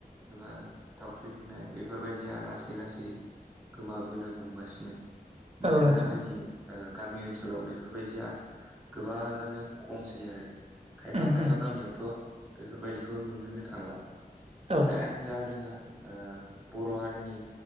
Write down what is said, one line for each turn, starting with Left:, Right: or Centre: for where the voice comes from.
Centre: एबा थावख्रि लुनाय बेफोरबायदिया लासै- लासै गोमाबोनो हमगासिनो।
Right: औ
Centre: मानोना
Right: नोंथां
Centre: जोंनि गामि ओनसोलाव बेफोरबायदिया गोबाङानो खमसै। <unintelligible> आरो खायफा
Right: उम
Centre: -खायफा
Right: उम
Centre: गामियावथ' बेफोरबायदिखौ नुनोनो थांला।
Right: औ
Centre: <unintelligible> ओ बर' हारिनि